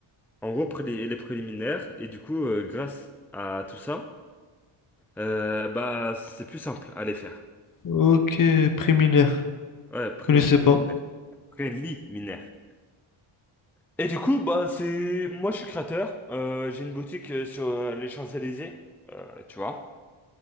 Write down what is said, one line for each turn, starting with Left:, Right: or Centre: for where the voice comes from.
Centre: En gros, pré- les les préliminaires, et du coup, euh, grâce à tout ça, euh, bah c'est plus simple à les faire.
Left: Ok, préliminaire.
Centre: Ouais, pré-
Left: Je connaissais
Centre: préliminaire.
Left: pas.
Centre: Friendly mineur. Et du coup, bah c'est moi je suis créateur. Euh, j'ai une boutique euh, sur euh, les Champs-Élysées, euh, tu vois.